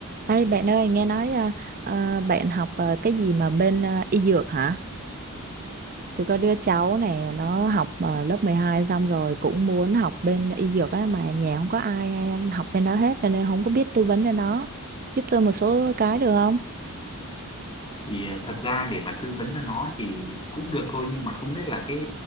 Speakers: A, on the right (about 40°); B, on the left (about 25°).
A: Ê, bạn ơi nghe nói à, à, bạn học à, cái gì mà bên à, y dược hả? Tôi có đứa cháu này nó học à, lớp 12 xong rồi cũng muốn học bên y dược á mà nhà không có ai hay học bên đó hết cho nên không có biết tư vấn cho nó. Giúp tôi một số cái được không?
B: thì à, thật ra để mà tư vấn cho nó thì cũng được thôi nhưng mà không biết là cái